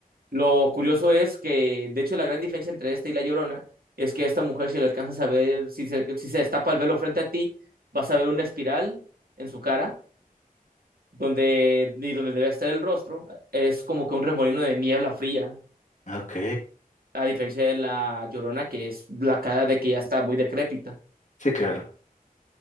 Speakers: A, on the right (about 80°); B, on the left (about 55°).
A: Lo curioso es que, de hecho, la gran diferencia entre esta y la Llorona es que a esta mujer, si le alcanzas a ver, si se, si se destapa el velo frente a ti, vas a ver una espiral en su cara, donde, y donde debe estar el rostro, es como que un remolino de niebla fría,
B: Ok,
A: a diferencia de la Llorona, que es la cara de que ya está muy decrépita.
B: sí, claro.